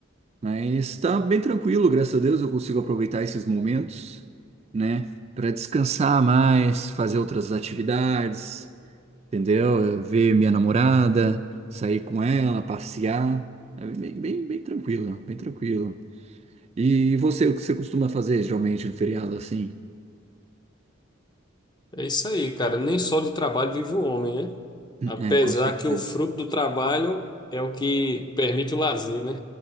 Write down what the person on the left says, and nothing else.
É isso aí, cara. Nem só de trabalho vive o homem, né? Apesar
que o fruto do trabalho é o que permite o lazer, né?